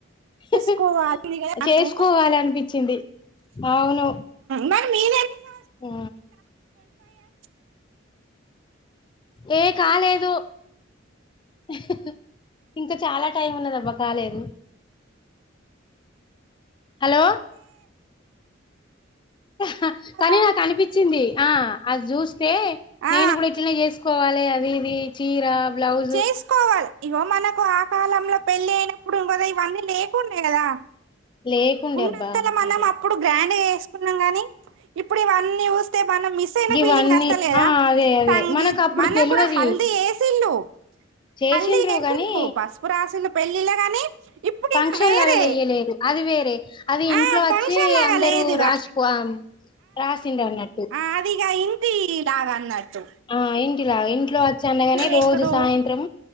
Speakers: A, on the right; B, on the left.
A: చేసుకోవాలి
B: హ
A: కదా నాకు
B: చేసుకోవాలి అనిపించింది అవును
A: మరి మీరే మ్
B: ఆ
A: <inaudible>
B: ఏ కాలేదు హ ఇంకా చాలా టైం ఉన్నదబ్బా కాలేదు హలో హ
A: కదా
B: కానీ నాకు అనిపించింది ఆ అది చూస్తే
A: ఆ
B: నేను గూడా ఇట్లనే చేస్ కోవాలి అది ఇది చీరా బ్లౌస్
A: చేసుకోవాలి ఇవో మనకు ఆ కాలంలో పెళ్లి అయినప్పుడు ఇంకద ఇవన్నీ లేకుండే గదా
B: లేకుండే
A: ఉన్నంతలో
B: అబ్బా
A: మనం
B: అదే
A: అప్పుడు గ్రాండ్ గా చేసుకున్నాం గాని ఇప్పుడు ఇవన్నీ చూస్తే మనం మిస్ అయిన
B: ఇవన్నీ
A: ఫీలింగ్ వస్తా లేదా
B: ఆ అదే అదే
A: సంగీత్
B: మనకు అప్పుడు
A: మన
B: తెలివది
A: కూడా హల్ది ఎసిళ్ళు
B: చేసిండ్రు
A: హలి ఎసిళ్ళు
B: గాని
A: పసుపు రాసిలు పెళ్ళి లో గాని ఇప్పుడు
B: ఫంక్షన్లుగా
A: ఇంకా వేరే
B: చెయలేదు అది వేరే అది ఇంట్లో
A: ఆ
B: వచ్చి
A: ఫంక్షన్ లాగా
B: అందరూ
A: లేదుగా
B: రాసిపో రాసిండ్ అన్నట్టు
A: నాదిగా యిగ్ నీలాగాన్నటు
B: ఆ ఇంటిలా ఇంట్లో వచ్చా అయిన గాని
A: పెట్టుడు
B: రోజు సాయంత్రం